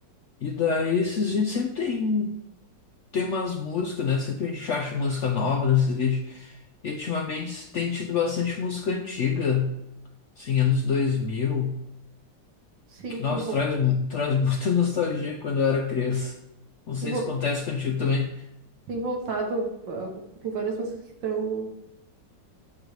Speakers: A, on the left (about 75°); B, on the right (about 80°).
A: E daí esses vídeos sempre tem, tem umas músicas, né? Sempre a gente acha música nova nesses vídeos. E ultimamente tem tido bastante música antiga, assim, anos 2000,
B: Sim,
A: que,
B: tem,
A: nossa,
B: vo
A: traz, mu- traz <laughs> muita nostalgia quando eu era criança. Não
B: tem,
A: sei
B: vo
A: se acontece contigo também.
B: tem voltado. algo- Tem várias músicas que estão.